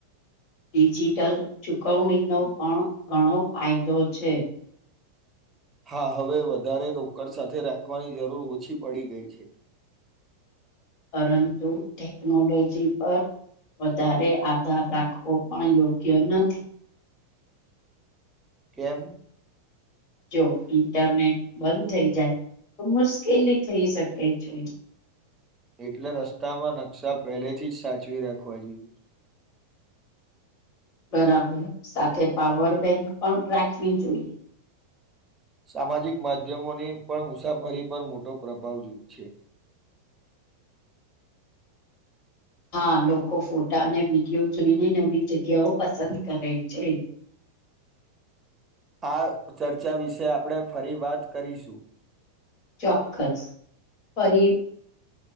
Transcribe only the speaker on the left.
ડિજિટલ ચૂકવણીનો પણ ઘણો ફાયદો છે.
પરંતુ ટેકનોલોજી પર વધારે આધાર રાખવો પણ યોગ્ય નથી.
જો ઇન્ટરનેટ બંધ થઈ જાય તો મુશ્કેલી થઈ શકે છે.
બરાબર સાથે પાવર બેંક પણ રાખવી જોઈએ.
હા લોકો ફોટા અને વિડીયો જોઈને નવી જગ્યાઓ પસંદ કરે છે.
ચોક્કસ ફરી.